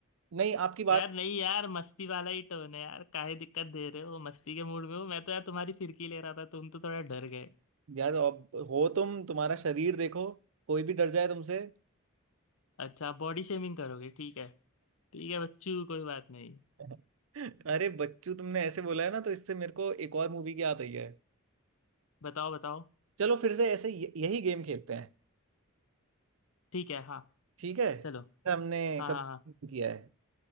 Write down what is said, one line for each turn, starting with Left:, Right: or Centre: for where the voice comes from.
Right: नहीं आपकी बात
Left: यार नहीं यार मस्ती वाला ही टोन है यार काहे दिक्कत दे रहे हो मस्ती के मूड में हो मैं तो यार तुम्हारी फिरकी ले रहा था तुम तो थोड़ा डर गए
Right: यार अब हो तुम तुम्हारा शरीर देखो कोई भी डर जाए तुमसे
Left: अच्छा बॉडी शेमिंग करोगे ठीक है ठीक है बच्चू कोई बात नहीं
Right: <laughs> अरे बच्चू तुमने ऐसे बोला है ना तो इससे मेरे को एक और मूवी की याद आई है
Left: बताओ बताओ
Right: चलो फिर से ऐसे य- यही गेम खेलते हैं
Left: ठीक है हाँ
Right: ठीक है ऐसा
Left: चलो
Right: हमने
Left: हाँ
Right: कभी
Left: हाँ हाँ
Right: नहीं किया है